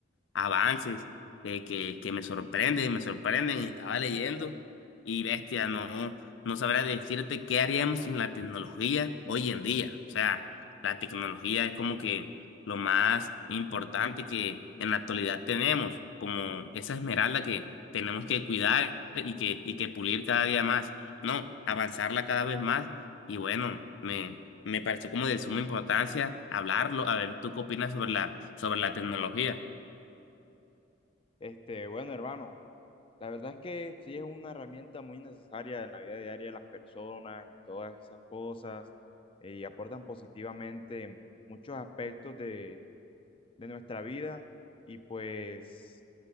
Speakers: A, on the left; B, on the left.
A: avances que, que, que me sorprenden, me sorprenden. Estaba leyendo y bestia, no, no sabría decirte qué haríamos sin la tecnología hoy en día. O sea, la tecnología es como que lo más importante que en la actualidad tenemos, como esa esmeralda que tenemos que cuidar y que, y que pulir cada día más. No, avanzarla cada vez más. Y bueno, me, me pareció como de suma importancia hablarlo. A ver, ¿tú qué opinas sobre la, sobre la tecnología?
B: Este, bueno, hermano, la verdad es que sí es una herramienta muy necesaria en la vida diaria de las personas y todas esas cosas, eh, y aportan positivamente en muchos aspectos de, de nuestra vida y pues